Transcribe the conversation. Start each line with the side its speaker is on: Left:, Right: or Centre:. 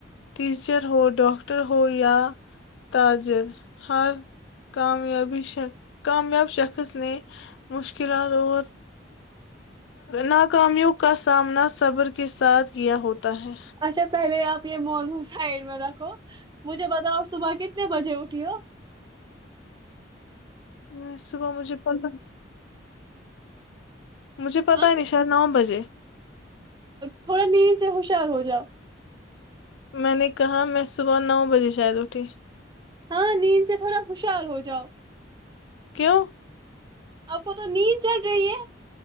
Left: ٹیچر ہو ڈاکٹر ہو یا تاجر ہر کای کامیاب شخص نے مشکلات اور ناکامیوں کا سامنا صبر کے ساتھ کیا ہوتا ہے
Right: اچھا پہلے آپ پ موزو سائڈ میرا مجھے بتاؤ صبح کتنے بجے اٹھ تیو
Left: میں صبح مجھے پہ مجھے پتاہ
Right: ہاں
Left: ہی نہیں شاید نو بجے
Right: تھوڑا نیند سے ہوشیار ہو جاؤ
Left: میں نے کہا میں صبح نو بجے شاید اٹھی
Right: ہاں نیند سے تھوڑا خوشار ہو جاؤ
Left: کیوں
Right: اب کو تو نیند چڑ رہی ہے